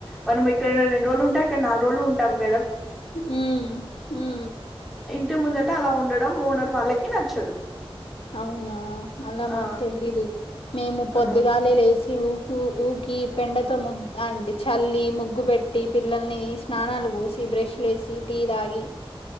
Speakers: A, in the centre; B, on the left.
A: మనం ఇక్కడ రెండు రోజులు ఉంటే, అక్కడ నాలుగు రోజులు ఉంటాం గదా.
B: ఊ ఊ
A: టి ముందటా అలా ఉండడం ఓనర్ వాళ్ళకి నచ్చదు.
B: అవునా, అలా
A: ఆ
B: మాక్ తెలీదు. మేము పొద్దుగాలే
A: ఆ
B: లేసి ఊక్ కు ఊకీ, పెండతో ముగ్ అండి చల్లీ, ముగ్గు పెట్టీ, పిల్లల్ని స్నానాలు పోసీ, బ్రష్ల ఏసి, టీ తాగీ.